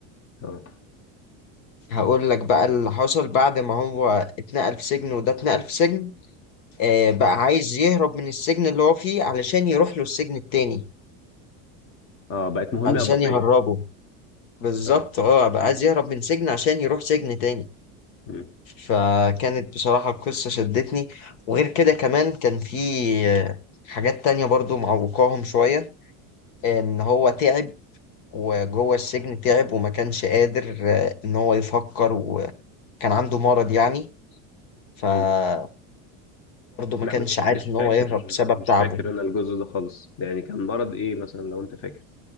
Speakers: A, on the left; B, on the left.
A: اه
B: هقول لك بقى اللي حصل بعد ما هو اتنقل في سجن وده اتنقل في سجن آه، بقى عايز يهرب من السجن اللي هو فيه علشان يروح له السجن التاني
A: اه بقت مهمة
B: علشان
A: إضافية
B: يهربه بالظبط
A: اه
B: اه بقى
A: م.
B: عايز يهرب من سجن عشان يروح سجن تاني
A: م.
B: فكانت بصراحة القصة شدتني وغير كده كمان كان في آه، حاجات تانية برضو معوقاهم شوية ان هو تعب وجوه السجن تعب وما كانش قادر آه، ان هو يفكر وكان عنده مرض يعني فبرضه
A: م.
B: ما
A: لا
B: كانش
A: مش
B: عارف
A: مش
B: ان
A: فاكر
B: هو يهرب بسبب
A: مش
B: تعبه
A: فاكر انا الجزء ده خالص يعني كان مرض ايه مثلا لو انت فاكر